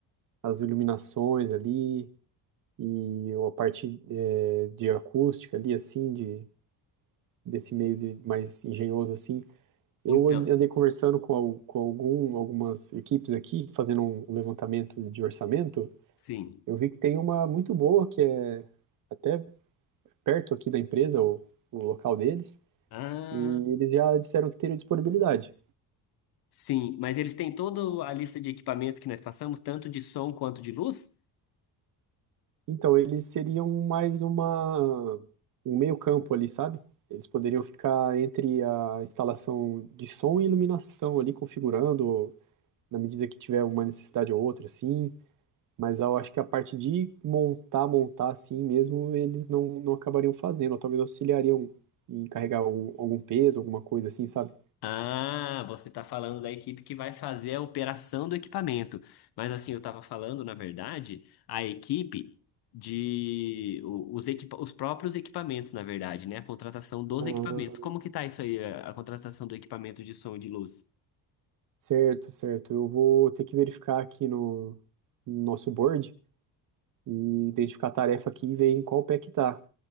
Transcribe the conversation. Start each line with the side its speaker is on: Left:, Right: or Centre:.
Right: as iluminações ali e a parte eh, de acústica ali, assim, de, desse meio de, mais engenhoso assim. Eu
Left: Então,
Right: an- andei conversando com, al- com algum, algumas equipes aqui, fazendo um um levantamento de orçamento.
Left: sim.
Right: Eu vi que tem uma muito boa, que é até perto aqui da empresa, o o local deles
Left: Ah,
Right: E eles já disseram que teriam disponibilidade.
Left: sim. Mas eles têm toda a lista de equipamentos que nós passamos, tanto de som quanto de luz?
Right: Então, eles seriam mais uma, um meio-campo ali, sabe? Eles poderiam ficar entre a instalação de som e iluminação ali, configurando na medida que tiver uma necessidade ou outra, sim. Mas eu acho que a parte de montar, montar assim mesmo, eles não, não acabariam fazendo, ou talvez auxiliariam em carregar algum, algum peso, alguma coisa assim, sabe?
Left: Ah, você está falando da equipe que vai fazer a operação do equipamento. Mas assim, eu estava falando, na verdade, a equipe de o- os, equipa- os próprios equipamentos, na verdade, né? A contratação dos
Right: Ah,
Left: equipamentos. Como que tá isso aí, a a contratação do equipamento de som e de luz?
Right: certo, certo. Eu vou ter que verificar aqui no no nosso board e identificar a tarefa aqui e ver em qual pé que tá.